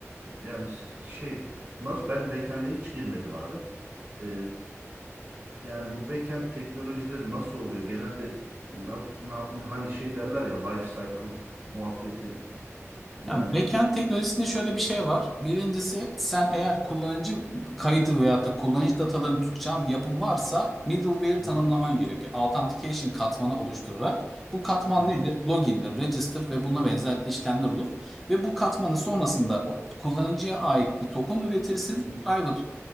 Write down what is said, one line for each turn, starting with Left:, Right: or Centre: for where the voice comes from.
Right: e, yani ş- şey nasıl ben backend'e hiç girmedim abi. E, yani bu backend teknolojileri nasıl oluyor? Genelde ne, yap- ne yap- hani şey derler ya life cycle muhabbeti yani
Centre: Yani backend teknolojisinde şöyle bir şey var. Birincisi sen eğer kullanıcı kaydı veyahut da kullanıcı datalarını tutacağın bir yapım varsa middleware
Right: Hı
Centre: tanımlaman
Right: hı,
Centre: gerekiyor. Authentication katmanı oluşturarak. Bu katman
Right: aha,
Centre: nedir? Login'dir, register ve buna benzer işlemler olur. Ve bu katmanın sonrasında o kullanıcıya ait bir token üretirsin.
Right: hı hı.
Centre: Private